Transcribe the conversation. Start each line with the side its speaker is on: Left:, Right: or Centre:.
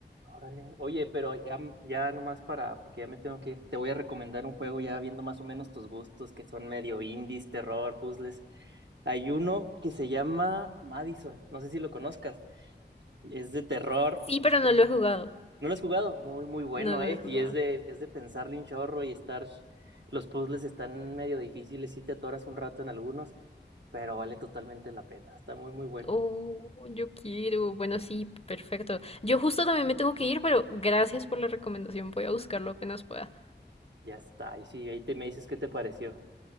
Right: órale. Oye, pero ya, ya nomás para, porque ya me tengo que ir, te voy a recomendar un juego ya viendo más o menos tus gustos, que son medio indies, terror, puzzles. Hay uno que se llama Madison, no sé si lo conozcas, es de terror,
Left: Sí, pero no lo he jugado.
Right: ¿No lo has jugado? Muy, muy bueno,
Left: No, no
Right: ¿eh?
Left: lo he jugado.
Right: Y es de, es de pensarle un chorro y estar... Los puzzles están medio difíciles, sí te atoras un rato en algunos, pero vale totalmente la pena. Está muy, muy bueno.
Left: Oh, yo quiero. Bueno, sí, perfecto. Yo justo también me tengo que ir, pero gracias por la recomendación. Voy a buscarlo apenas pueda.
Right: Ya está. Y sí, ahí te me dices qué te pareció.